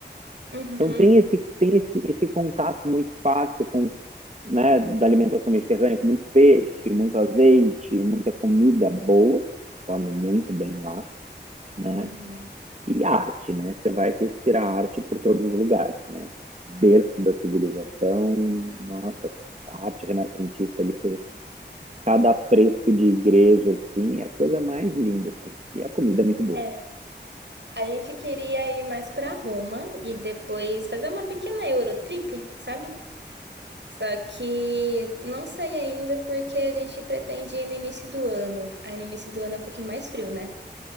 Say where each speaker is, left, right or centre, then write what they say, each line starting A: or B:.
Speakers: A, on the right; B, on the right.
A: Uhum.
B: Então tem esse tem esse, esse contato muito fácil com, né, da alimentação mediterrânea, com muito peixe, muito azeite, muita comida boa. Come muito bem lá, né?
A: Hum.
B: e arte, né? Você vai respirar arte por todos os lugares, né? Berço da civilização, nossa, a arte renascentista ali, cada fresco de igreja, assim, é a coisa mais linda, assim. E a comida é muito boa.
A: É, a gente queria ir mais para Roma e depois fazer uma pequena Eurotrip, sabe? Só que não sei ainda porque a gente pretende ir no início do ano. Aí no início do ano é um pouquinho mais frio, né?